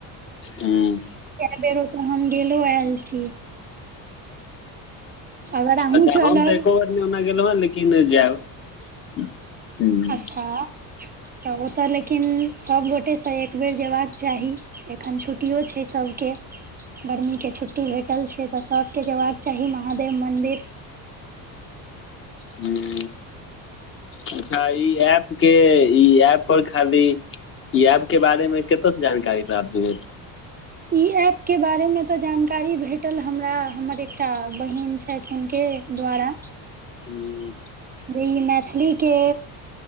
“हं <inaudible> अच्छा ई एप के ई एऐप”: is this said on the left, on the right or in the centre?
Left